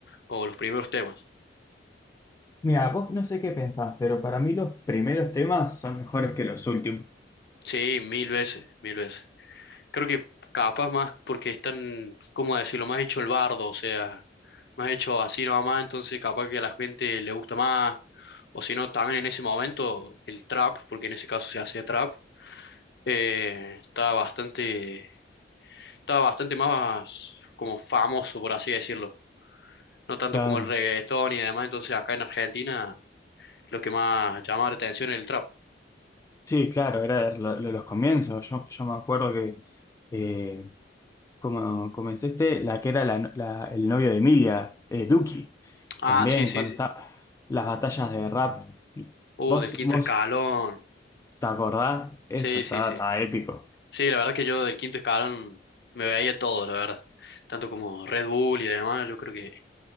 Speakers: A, on the left (about 60°); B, on the left (about 15°).
A: o los primeros temas.
B: Mira, vos no sé qué pensás, pero para mí los primeros temas son mejores que los últimos.
A: Sí, mil veces, mil veces. Creo que capaz más porque están, ¿cómo decirlo? Más hecho el bardo, o sea, más hecho así nomás, entonces capaz que a la gente le gusta más, o si no, también en ese momento el trap, porque en ese caso se hacía trap, eh, estaba bastante, estaba bastante más como famoso, por así decirlo. No tanto
B: Claro.
A: como el reggaetón y demás, entonces acá en Argentina lo que más llamaba la atención es el trap.
B: Sí, claro, era lo- lo- los comienzos. Yo, yo me acuerdo que eh, como comencé este, la que era la no- la- el novio de Emilia, eh, Duki,
A: Ah,
B: también
A: sí, sí,
B: cuando
A: sí.
B: estaba las batallas de rap.
A: Uh,
B: ¿Vos,
A: del quinto
B: vos
A: escalón.
B: te acordás? Eso
A: Sí,
B: estaba,
A: sí, sí.
B: estaba épico.
A: Sí, la verdad que yo del quinto escalón me veía todo, la verdad. Tanto como Red Bull y demás, yo creo que,